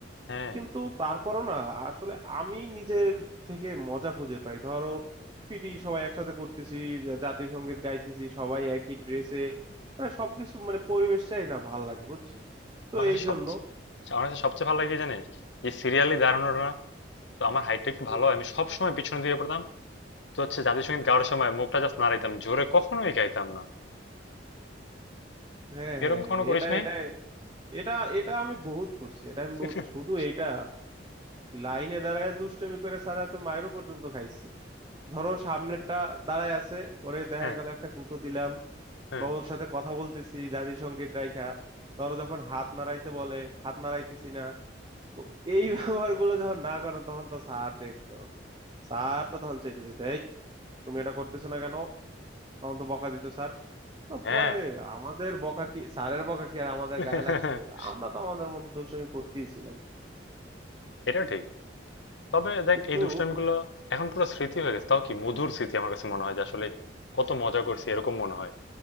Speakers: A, on the left; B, on the right.
A: হ্যাঁ
B: কিন্তু তারপরও না আসলে আমি নিজের থেকে মজা খুঁজে পাই ধরো পিটি সবাই একসাথে করতেছি জা- জাতীয় সঙ্গীত গাইতেছি সবাই একই ড্রেসে মানে সবকিছু মানে পরিবেশটাই না ভাল লাগে বুঝছিস তো
A: আমার কাছে
B: এই জন্য
A: সবচেয়ে আমার কাছে সবচেয়ে ভালো লাগে কি জানিস যে সিরিয়ালি দাঁড়ানোটা
B: হুম
A: না, তো আমার হাইটটা একটু
B: হুম
A: ভালো হয়
B: হুম।
A: আমি সবসময় পিছনে দিয়ে পড়তাম তো হচ্ছে জাতীয় সঙ্গীত গাওয়ার সময় মুখটা জাস্ট নাড়াইতাম জোরে কখনোই গাইতাম না
B: হ্যাঁ
A: এরকম
B: হ্যাঁ
A: কখনো
B: হ্যাঁ
A: করিস
B: এটা
A: নাই
B: এটা এটা এটা আমি বহুত করছি এটা আমি
A: <laughs>
B: বহুত শুধু এইটা লাইনে দাঁড়ায় দুষ্টুমি করে স্যার হাতে মাইরও পর্যন্ত খাইছি ধরো সামনেরটা দাঁড়ায় আছে ওরে দেখা
A: হ্যাঁ
B: গেল একটা কুতো দিলাম
A: হ্যাঁ
B: বা ওর সাথে কথা বলতেছি জাতিসংগীত রাইখা ধরো যখন হাত নাড়াইতে বলে হাত নাড়াইতেছি না তো এই <laughs> ব্যবহার গুলো যখন না করো তখন তো স্যার দেখতো স্যার তো তখন চাইতে চাইতে এই তুমি এটা করতেছো না কেন তখন তো বকা দিত স্যার তো
A: হ্যাঁ
B: পরে আমাদের বকা কি স্যারের বকা কি আর আমাদের
A: <laughs>
B: গায়ে লাগছে আমরা তো আমাদের মতো দুষ্টামি করতেই ছিলাম
A: এটাও ঠিক তবে দেখ
B: কিন্তু
A: এই দুষ্টামিগুলো এখন পুরো স্মৃতি হয়ে গেছে তাও কি মধুর স্মৃতি আমার কাছে মনে হয় যে আসলে কত মজা করছি এরকম মনে হয়